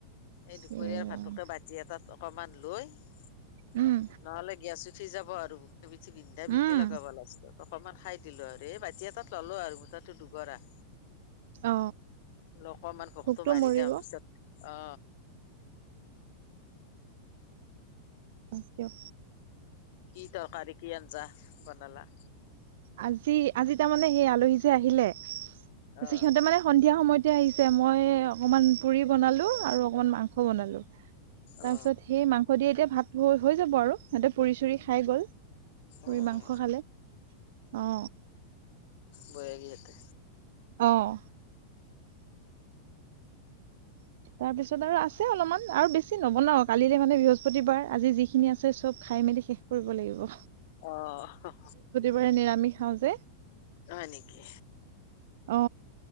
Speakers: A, on the left; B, on the right.
A: এই দুপৰীয়াৰ
B: এ ৰাম
A: ভাতকে বাতি এটাত অকমান লৈ নহলে
B: উম
A: গিয়াচ উঠি যাব আৰুে পিঠি বিন্ধা
B: উম
A: বিন্ধি লগাব লাগচ। অকণমান খাই দিলো আৰু এই বাতি এটাত ল'লো আৰু মুঠতে দুগৰা।
B: অ
A: অকমান ঘখটো
B: ভোকটো
A: মাৰি
B: মৰিব
A: দিওঁ পিছত অ।
B: তাক কিয়?
A: কি তৰকাৰী কি আঞ্জা বনালা?
B: আজি - আজি তাৰমানে সেই আলহী যে আহিলে তাৰপিছত
A: অ
B: সিহঁতে মানে সন্ধিয়া সময়তে আহিছে, মই অকণমান পুৰি বনালোঁ আৰু অকণমান মাংস বনালোঁ। তাৰ
A: অ
B: পিছত সেই মাংস দিয়ে এতিয়া ভাতবোৰ হৈ যাব আৰু। সিহতে পুৰি - চুৰি খাই গ'ল, পুৰি
A: অ
B: মাংস
A: অ
B: খালে অ।
A: বয়াগী ইয়াতে।
B: অঁ। তাৰপিছত আৰু আছে অলপমান আৰু বেছি নবনাও, কালিলে মানে বৃহস্পতিবাৰ, আজি যিখিনি আছে চব খাই মেলি শেষ কৰিব লাগিব।
A: অ হহ।
B: বোৰে নিৰামিষ খাওঁ যে।
A: হয় নেকি?
B: অ।